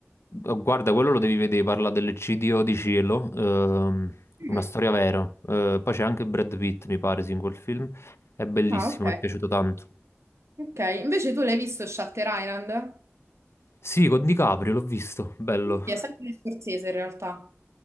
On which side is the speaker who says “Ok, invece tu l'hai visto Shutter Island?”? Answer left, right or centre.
Right